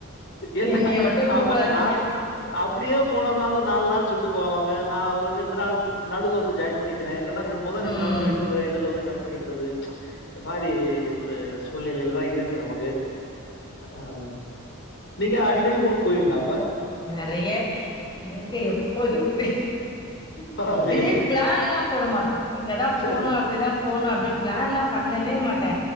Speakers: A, on the left; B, on the left.
A: என்ன
B: என்னைய மட்டும் கூப்பிடாதீங்க
A: ஆமா நா அ அப் அப்புடியே போனோம்னாலு நாலு நாள் சொல்ட்டு போவாங்க நா ஒர் ரெண்டு நாள் ந- நடுவ்ல வந்து ஜாய்ன் பண்ணிக்கிறே இல்லனா ரெண் மொத ரெண்டு
B: ம்
A: நாள் போய்ட்டு வ எடைல வந்து கட் பண்ணிக்கிறது ச்ச் இந்த மாரி ஒரு சூழ்நிலையில தா இருக்கு நமக்கு அ அ ஆமா நீங்க அடிக்கடி ஊரு போவீங்ளா
B: நெறைய எங்க எப்போ எப்டி
A: பரவால்லயே!
B: திடீர் பிளான் எல்லாம் போட மாட்டோ இங்கதா
A: சரி,
B: போணு
A: சரி.
B: அப்டிதா போணு அப்டின் பிளான் லா பண்ணவே மாட்டே